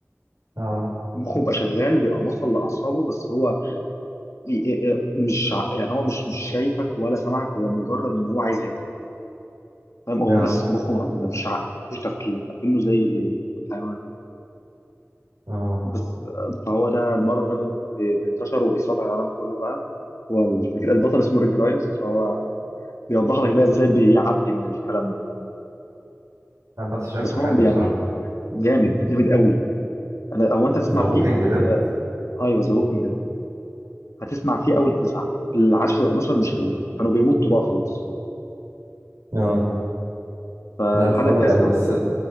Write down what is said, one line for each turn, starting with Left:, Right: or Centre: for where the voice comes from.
Right: اه
Left: مخه بيبقى شغال بيبقى موصل لاعصابه بس هو ي- ي- مش ع- يعني هو مش مش شايفك ولا سامعك هو مجرد ان هو عايز ياكل فاهم هو
Right: اه
Left: بس مخه ما ما فيش عقل ما فيش تفكير اكنه زي الحيوان
Right: آه.
Left: بس فهو ده المرض ده بين- بي- بينتشر وبيسيطر على العالم كله بقى والفكرة البطل اسمه ريك جرايمز فهو بيوضح لك بقى ازاي بيعدي من الكلام ده
Right: لا، بس شكله
Left: بس
Right: حلو
Left: هو يعني
Right: الصراحة
Left: جامد جامد قوي انا هو انت تسمع
Right: ذا ووكينج
Left: فيه
Right: ديد
Left: آه ايوه ذا ووكينج ديد هتسمع فيه اول تسعة العاشر و11 مش حلوين كانوا بيمطوا بقى خلاص
Right: اه
Left: فلحد
Right: لا اتفرج
Left: التاسع
Right: عليه بس